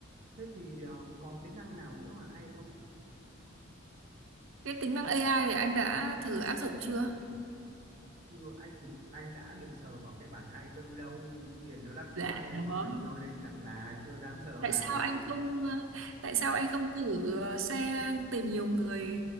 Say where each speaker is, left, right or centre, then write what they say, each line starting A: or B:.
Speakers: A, on the right; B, on the right.
A: thế thì ờ, còn tính năng nào nữa mà hay không
B: cái tính năng AI thì anh đã thử áp dụng chưa
A: chưa anh thì anh đã được sờ vào cái bản hai tư đâu tiền nó đắt
B: dạ
A: quá em
B: đó
A: ơi cho nên rằng là chưa dám sờ
B: tại
A: vào
B: sao anh không ờ, tại sao anh không thử ờ, share tìm nhiều người